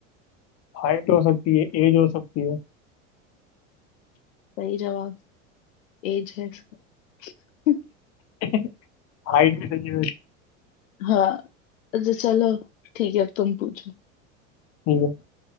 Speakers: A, on the left (about 40°); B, on the left (about 90°).
A: हाइट हो सकती है एज हो सकती है
B: सही जवाब एज है इसका <laughs>
A: <laughs> हाइट भी सही है वैसे।
B: हाँ अच्छा चलो ठीक है अब तुम पूछो
A: ठीक है